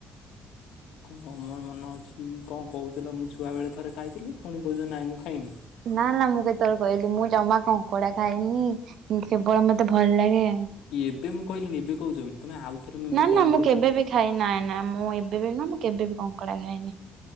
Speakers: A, on the left (about 80°); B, on the right (about 60°).
A: କଣ ମୋର ମନ ଅଛି କଣ କହୁଥିଲା ମୁଁ ଛୁଆ ବେଳେ ଥରେ ଖାଇଥିଲି ପୁଣି କହୁଛି ନାଇଁ ମୁଁ ଖାଇନି।
B: ନା ନା ମୁଁ କେତେବେଳେ କହିଲି ମୁଁ ଜମା କଙ୍କଡା ଖାଇନି ସେବଳ ମତେ ଭଲ ଲାଗେ
A: କି ଏବେ ମୁଁ କହିଲି ଏବେ କହୁଛ ବୋଲି,। ତମେ ଆଉଥରେ ଏମିତି
B: ନା
A: କଲ୍
B: ନା ମୁଁ
A: କରିଥିଲି
B: କେବେ ବିି ଖାଇ ନାଇଁ ନା ମୁଁ ଏବେ ବି ନା ମୁଁ କେବେ ବିି କଙ୍କଡା ଖାଇନି।